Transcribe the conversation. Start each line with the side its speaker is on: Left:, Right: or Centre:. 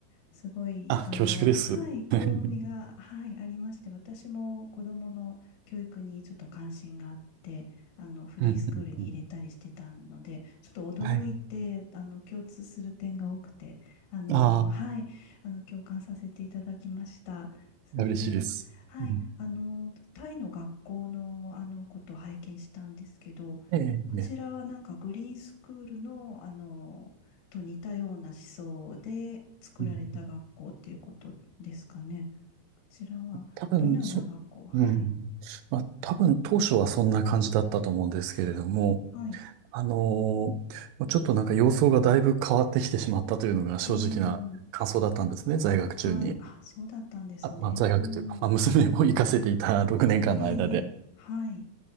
Left: すごい、
Right: あ、
Left: あの、はい、
Right: す。<laughs> うん
Left: 興味が、はい、ありまして、私も子供の教育にちょっと関心があって、あの、フリースクールに入れたりしてたので、
Right: うんうん
Left: ちょっと驚いて、
Right: はい。
Left: あの、共通する点が多くて、あの、
Right: あ
Left: はい、あの、共感させていただきました。それで、
Right: あ、嬉しいです。
Left: はい、
Right: うん
Left: あの、タイの学校の、あの、ことを拝見したんですけど、
Right: ええ、
Left: こちらはなんかグリーンスクールの、
Right: ね。
Left: あの、と似たような思想で作られた学校っていうことですかね。
Right: うんうん
Left: こちらはどのような学校はい。
Right: 多分、そ、うん。まあ、多分当初はそんな感じだったと思うんですけれども、
Left: はい。
Right: あのーちょっとなんか様相がだいぶ変わってきてしまったというのが正直な感想だったんですね、
Left: うーん。
Right: 在学中に。
Left: はい。あ、そうだったんですね。
Right: あ、まあ、在学というか、
Left: うん。
Right: まあ、娘を行かせていた6年間の間で。
Left: ええ、ええ。はい。